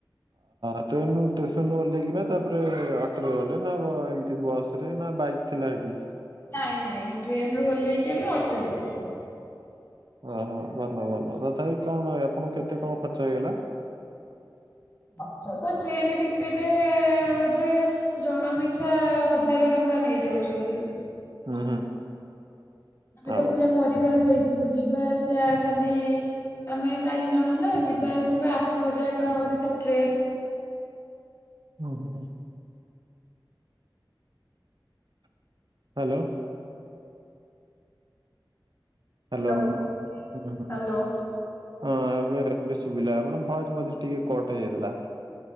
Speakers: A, on the right (about 60°); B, on the left (about 30°).
A: ଟ୍ରେନ ରୁ ଷ୍ଟେସନୁ ଓହ୍ଲେଇକିନା ତାପରେ ଅଟୋରେ ଗଲେ ନା ଏମିତି ବସରେ ନା ବାଇକ ଥିଲା ହେଟି
B: ନାଇଁ ନାଇଁ ଟ୍ରେନ ରୁ ଓହ୍ଲେଇକି ଆମେ ଅଟୋରେ ଗଲୁ।
A: ଓହୋ ଭଲ ଭଲ ତଥାପି କଣ ଆପଣଙ୍କୁ କେତେ କଣ ଖର୍ଚ୍ଚ ହେଇଗଲା?
B: ଖର୍ଚ୍ଚ ତ ଟ୍ରେନ ଟିକେଟେ ଏ ଜଣ ପିଛା ହଜାର ଟଙ୍କା ନେଇଯାଉଚନ୍ତି।
A: ହୁଁ ହୁଁ।
B: ଆମେ
A: ଆଉ
B: ତ ପୁରା ପରିବାର ଯାଇଥିଲୁ ଯିବା ଆସିବା ଖାଲି ଆମେ ଚାରି ଜଣ ନା ଯିବା ଆସିବା ଆଠ ହଜାର ଟଙ୍କା ବୋଧେ ସେ ଟ୍ରେନ।
A: ଓ ହୋ। ହାଲୋ। ହାଲୋ
B: ହ୍ୟାଲୋ
A: ହୁଁ ହଁ
B: ହ୍ୟାଲୋ।
A: ଆଜ୍ଞା ଇଂଗିଲିସ ଶୁଭିଲା ଆପଣଙ୍କ ଭଏସ ମଝିରେ ଟିକେ କଟ ହେଇଯାଇଥିଲା।